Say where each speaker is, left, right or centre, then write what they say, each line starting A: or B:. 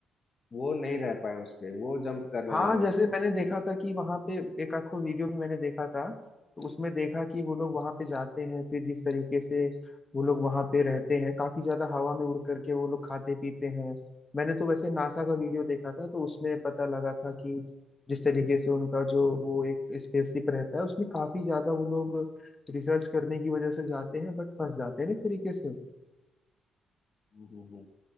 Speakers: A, on the left; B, on the left.
A: वो नहीं रह पाए उस पे वो जंप करने
B: हाँ
A: लगे
B: जैसे
A: उस पे
B: मैंने
A: ठीक
B: देखा
A: है
B: था कि वहां पे एक आखो वीडियो भी मैंने देखा था तो उसमें देखा कि वो लोग वहां पे जाते हैं फिर जिस तरीके से वो लोग वहां पे रहते हैं काफी ज्यादा हवा में उड़ करके वो लोग खाते पीते हैं मैंने तो वैसे नासा का वीडियो देखा था तो उसमें पता लगा था कि जिस तरीके से उनका जो वो एक स्पेसशिप रहता है उसमें काफी ज्यादा वो लोग रिसर्च करने की वजह से जाते हैं बट फंस जाते हैं ना एक तरीके से
A: हम्म, हम्म, हम्म।